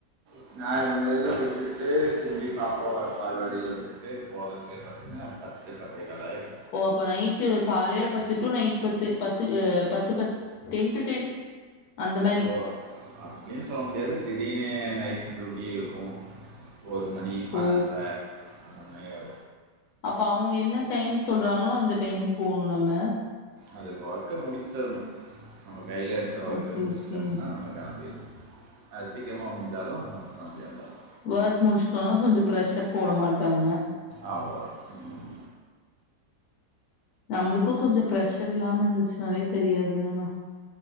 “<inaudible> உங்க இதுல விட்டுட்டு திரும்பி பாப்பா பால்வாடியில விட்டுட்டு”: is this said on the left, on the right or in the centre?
Right